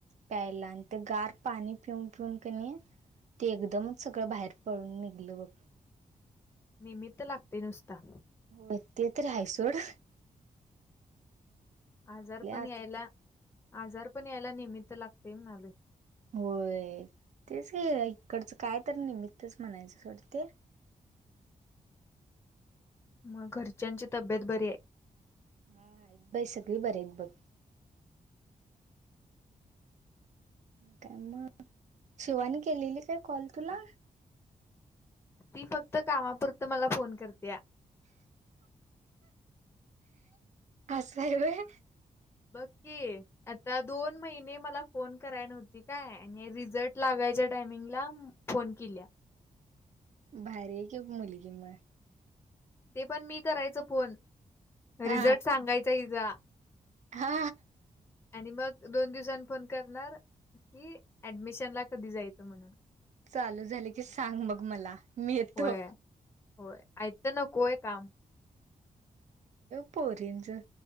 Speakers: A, on the right (about 60°); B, on the left (about 20°).
A: प्यायला आणि ते गार पाणी पिऊन पिऊन क नाही ते एकदमच सगळं बाहेर पडून निघल ब
B: निमित्त लागते नुसता
A: नेतत रायसोड
B: आजार पण
A: आत
B: यायला आजार पण यायला निमित्त लागते आले
A: होय तेच इकडचं काय तर निमित्च म्हणायच्या सोड ते
B: मग घरच्यांची तब्येत बरी आहे
A: हा आहेत बाई सगळे बर आहेत आहेत बघ काय मग शिवानी केलेली काय कॉल तुला
B: ती फक्त कामापुरतं मला फोन करते या
A: अससा आहे आहे
B: बघ आता दोन महिने मला फोन कराय नव्हती काय आणि रिझल्ट लागायच्या टायमिंगला फोन केल्या
A: भारी क मुलीिक म
B: ते पण मी करायचं फोन
A: हा
B: रिझल्ट सांगायचा तिचा
A: हा
B: आणि मग दोन दिवसांनी फोन करणार कि ऍडमिशन ला कधी जायचं म्हणून
A: चालू झाले की सांग मग मला मी येतो
B: होय. होय आय तर नकोय काम
A: पोरंज